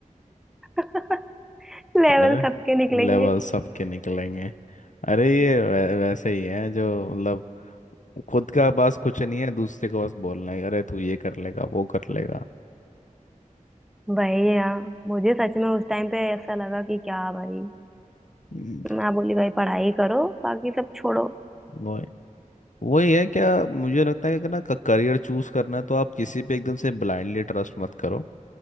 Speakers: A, in the centre; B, on the left.
A: <laughs> लेवल
B: अरे
A: सबके निकलेंगे
B: लेवल सबके निकलेंगे अरे ये वै, वैसे ही है जो मतलब खुद का पास कुछ नहीं है दूसरे को बस बोलना है अरे तू ये कर लेगा वो कर लेगा
A: भाई यार मुझे सच में उस टाइम पे ऐसा लगा कि क्या भाई
B: हम्म।
A: मैं बोली भाई पढ़ाई करो बाकी सब छोड़ो
B: वो है। वही है क्या मुझे लगता है कि अगर ना करियर चूज करना है, तो आप किसी पे एकदम से ब्लाइंडली ट्रस्ट मत करो